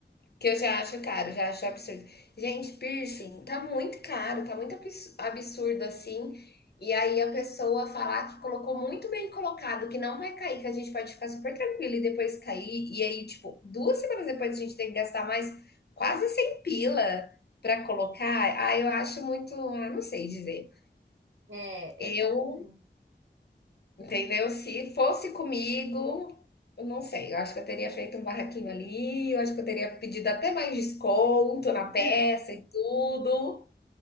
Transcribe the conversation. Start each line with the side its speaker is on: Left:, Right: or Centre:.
Left: Que eu já acho caro, já acho absurdo. Gente, piercing tá muito caro, tá muito abs- absurdo assim. E aí a pessoa falar que colocou muito bem colocado, que não vai cair, que a gente pode ficar super tranquilo e depois cair. E aí, tipo, duas semanas depois a gente tem que gastar mais quase 100 pila pra colocar. Ah, eu acho muito, ah, não sei dizer.
Right: É,
Left: Eu
Right: exatamente.
Left: Entendeu? Se fosse comigo, eu não sei, eu acho que eu teria feito um barraquinho ali, eu acho que eu teria pedido até mais desconto na peça
Right: É,
Left: e tudo,